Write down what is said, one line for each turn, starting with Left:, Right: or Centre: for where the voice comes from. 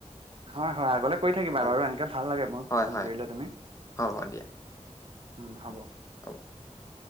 Right: হয় হয় আগলে কৰি থাকিবা
Left: হয়
Right: বাৰু এনেকে ভাল লাগে মোক
Left: হয়
Right: ফোন
Left: হয়
Right: কৰিলে তুমি।
Left: হ'ব দিয়া
Right: উম, হ'ব।
Left: <inaudible>